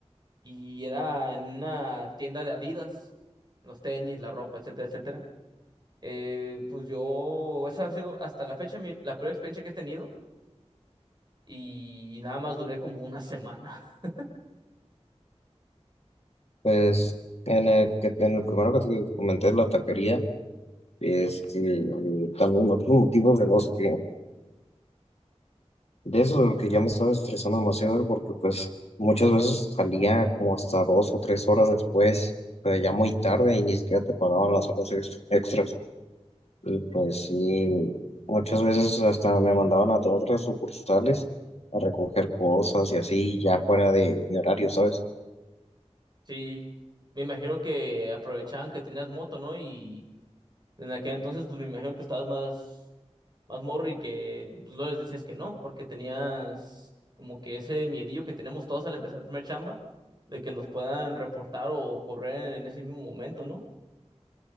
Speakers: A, on the right; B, on the left.
A: y era en una tienda de Adidas, los tenis, la ropa, etcétera, etcétera. Eh, pues yo, esa ha sido hasta la fecha mi- la peor experiencia que he tenido y nada más duré como una semana. <laughs>
B: Pues en el, que- en el primero que te comenté, la taquería, este, también otros motivos de los que De eso, de que ya me estaba estresando demasiado porque pues muchas veces salía como hasta dos o tres horas después, pues ya muy tarde y ni siquiera te pagaban las horas ex- extras. Y pues sí, muchas veces hasta me mandaban a to- otras sucursales a recoger cosas y así ya fuera de mi horario, ¿sabes?
A: Sí, me imagino que aprovechaban que tenías moto, ¿no? Y En aquel entonces, pues me imagino que estabas más, más morro y que pues, no les decías que no, porque tenías como que ese miedillo que tenemos todos al empezar el primer chamba, de que nos puedan reportar o correr en ese mismo momento, ¿no?